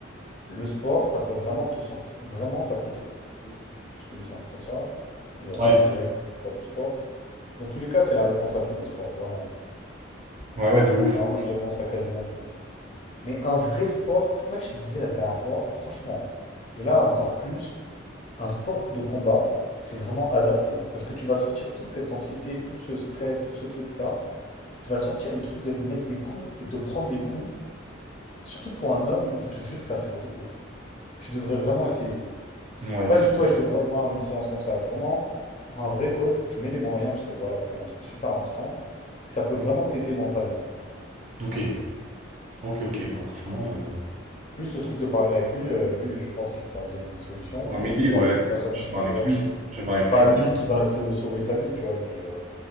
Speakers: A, on the left (about 35°); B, on the right (about 35°).
A: Le sport, ça peut vraiment te sortir. Vraiment, ça peut t'aider. Parce que lui, c'est un pro de ça. Il va te
B: Ouais.
A: dire direct, fais fais du sport. Dans tous les cas, c'est la réponse à tout, le sport, vraiment.
B: Ouais, ouais, de ouf.
A: C'est vraiment une réponse à quasiment tout. Mais un vrai sport, c'est pour ça que je te disais la dernière fois, franchement, et là encore plus, un sport de combat, c'est vraiment adapté. Parce que tu vas sortir toute cette anxiété, tout ce stress, tout ce truc, etc. Tu vas le sortir, le truc de mettre des coups et te prendre des coups, surtout pour un homme, je te jure que ça sert de ouf. Tu devrais vraiment essayer.
B: Ouais,
A: Pas
B: c'est
A: juste,
B: vrai.
A: ouais, je fais vraiment une séance comme ça. Vraiment, tu prends un vrai coach, tu mets les moyens, parce que voilà, c'est un truc super important. Ça peut vraiment t'aider mentalement.
B: Ok, ok, ok, bah franchement. Euh...
A: Juste le truc de parler avec lui, euh, lui, je pense qu'il pourra te donner des solutions.
B: Ouais,
A: Après,
B: m'aider,
A: tu peux voir
B: ouais.
A: avec d'autres personnes
B: Je
A: aussi,
B: vais voir
A: tu
B: avec
A: vois.
B: lui. Je vais voir
A: C'est
B: avec
A: pas
B: lui aussi,
A: lui qui va te sauver ta vie, tu vois, mais euh,